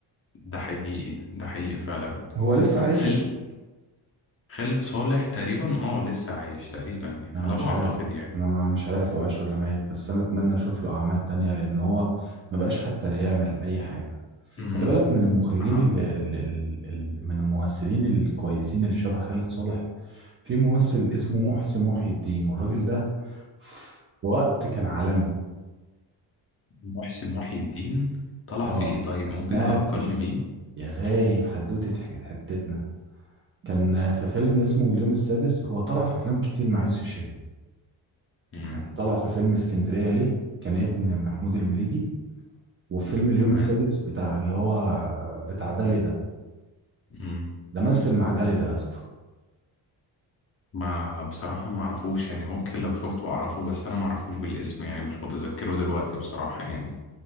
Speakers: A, on the left; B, on the right.
A: حقيقي ده حقيقي فعلا
B: هو لسه
A: وفي
B: عايش
A: ال- خالد صالح تقريبا اه لسه عايش تقريبا يعني
B: انا
A: على
B: مش
A: ما
B: عارف
A: اعتقد يعني
B: انا مش عارف هو عايش ولا ميت بس انا اتمنى اشوف له اعمال تانية لان هو ما بقاش حتى يعمل اي حاجه
A: امم
B: خلي بالك من المخرجين
A: اها
B: ال ال ال ال من الممثلين الكويسين اللي شبه خالد صالح في ممثل اسمه محسن محي الدين والراجل ده في وقت كان عالمي
A: محسن محي الدين طلع
B: اه
A: في ايه طيب
B: ما سمعتش
A: ممكن تفكرني بيه
B: يا غايب حدوتة ح- حتتنا كان في فيلم اسمه اليوم السادس هو طلع في افلام كتير مع يوسف شاهين
A: امم
B: يعني طلع في فيلم اسكندرية ليه كان ابن محمود المليجي وفيلم اليوم
A: تمام
B: السادس بتاع اللي هو بتاع دالي ده
A: امم
B: ده مثل مع دالي ده يا اسطى
A: ما بصراحة ما اعرفوش يعني ممكن لو شفته اعرفه بس انا ما اعرفوش بالاسم يعني مش متذكره دلوقتي بصراحة يعني